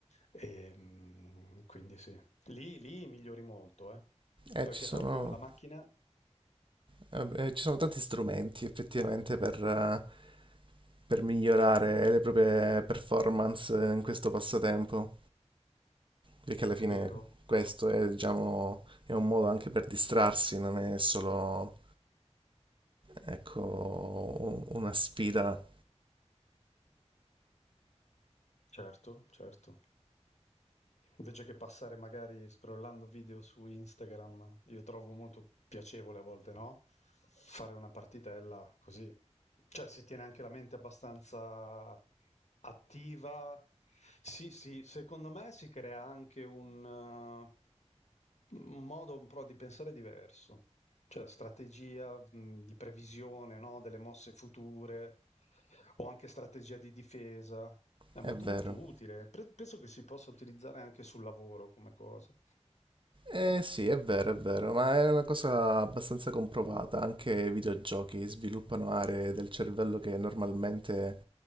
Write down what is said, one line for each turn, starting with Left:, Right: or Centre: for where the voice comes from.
Left: E, mh, quindi sì, lì, lì migliori molto, eh,
Right: E
Left: perché
Right: ci sono,
Left: proprio la macchina...
Right: eh, eh, ci sono tanti strumenti effettivamente per, eh, per migliorare le proprie performance in questo passatempo, perché alla fine
Left: Vero,
Right: questo
Left: ass-
Right: è, diciamo, è un modo anche per distrarsi, non è solo, ecco, un- una sfida,
Left: certo, certo. Invece che passare magari scrollando video su Instagram, io trovo molto piacevole a volte, no? Fare una partitella così. Cioè si tiene anche la mente abbastanza attiva. Sì, sì, secondo me si crea anche un, eh, un modo un po' di pensare diverso, cioè strategia, mh, di previsione, no? Delle mosse future o anche strategia di difesa. È
Right: è
Left: molto
Right: vero.
Left: molto utile. Pre- penso che si possa utilizzare anche sul lavoro come cosa.
Right: Eh sì, è vero, è vero, ma è una cosa abbastanza comprovata. Anche i videogiochi sviluppano aree del cervello che normalmente